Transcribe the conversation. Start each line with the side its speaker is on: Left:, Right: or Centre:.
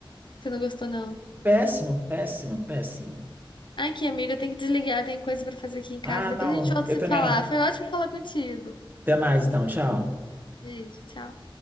Left: você não gostou, não.
Right: Péssimo, péssimo, péssimo.
Left: Aqui, amiga, eu tenho que desligar, tem coisa pra fazer aqui em casa.
Right: Ah,
Left: Depois
Right: não,
Left: a gente volta
Right: eu
Left: a se
Right: também.
Left: falar. Foi ótimo falar contigo.
Right: Até mais, então, tchau.
Left: Beijo, tchau.